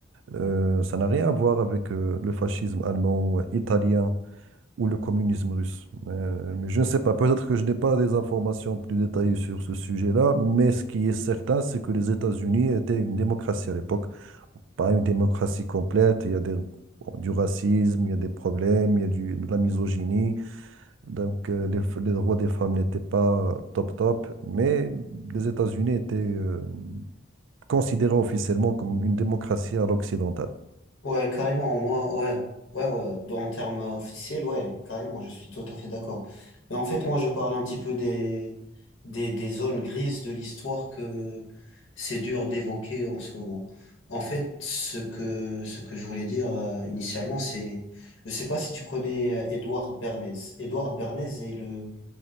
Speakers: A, on the right; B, on the left.
A: Euh, ça n'a rien à voir avec euh, le fascisme allemand, euh, italien ou le communisme russe. Euh, mais je ne sais pas, peut-être que je n'ai pas des informations plus détaillées sur ce sujet-là, mais ce qui est certain, c'est que les États-Unis étaient une démocratie à l'époque. Pas une démocratie complète, il y a des- bon, du racisme, il y a des problèmes, il y a du- de la misogynie. Donc euh, les, f- les droits des femmes n'étaient pas top top, mais les États-Unis étaient euh, considérés officiellement comme une démocratie à l'occidentale.
B: Ouais, carrément, moi, ouais, ouais, ouais, dans- en termes euh, officiels, ouais, carrément, je suis tout à fait d'accord. Mais en fait, moi, je parle un petit peu des, des, des zones grises de l'histoire que c'est dur d'évoquer en ce moment. En fait, ce que, ce que je voulais dire euh, initialement, c'est, je sais pas si tu connais euh, Édouard Bernays. Édouard Bernays est le,